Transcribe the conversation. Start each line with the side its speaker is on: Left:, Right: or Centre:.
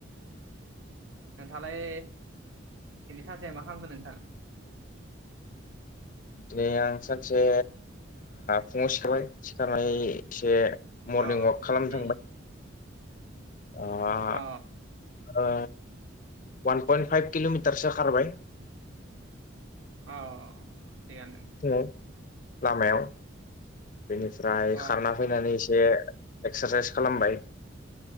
Right: नोंथालाय दिनै सानसेया मा खालामगोन नोंथां
Left: दिनै आं सानसे फुङाव सिखारबाय सिखारनाय एसे मरनिं
Right: अ
Left: अवाक खालाम
Right: उम
Left: थांबाय अ
Right: अ
Left: ओ वान पइन्ट फाइभ किल'मिटारसो खारबाय
Right: औ थिगानो दङ
Left: फुङाव लामायाव बेनिफ्राय
Right: अ
Left: खारना फैनानै एसे एक्सारसाइस खालामबाय